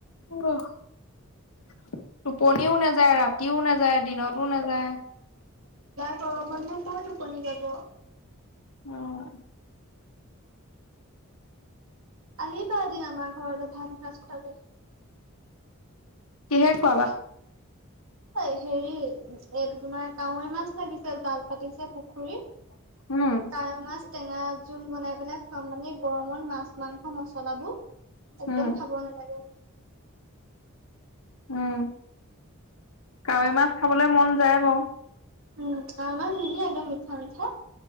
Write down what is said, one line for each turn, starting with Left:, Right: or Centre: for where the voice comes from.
Left: উ টোপনিও নাযায় ৰাত ৰাতিও নাযায় দিনতো নাযায়।
Right: <unintelligible> মানে ক'ৰ টোপনি যাব
Left: অ'।
Right: আহিবা এদিন আমাৰ ঘৰলৈ ভাত এসাঁজ খোৱাকে।
Left: কিহেৰে খোৱাবা?
Right: অই হেৰি এইটো তোমাৰ কাৱৈ মাছ লাগিছিল, তাল পাতিছে পুখুৰীত
Left: উম
Right: কাৱৈ মাছ টেঙা জোল বনাই পেলাই খোৱাম মানে গৰমত মাছ মাংস মচলাবোৰ একদম
Left: উম
Right: খাব নালাগে।
Left: উম, কাৱৈ মাছ খাবলৈ মন যায় বাৰু।
Right: উম, আমাৰ ধুনীয়া একদম মিঠা মিঠা।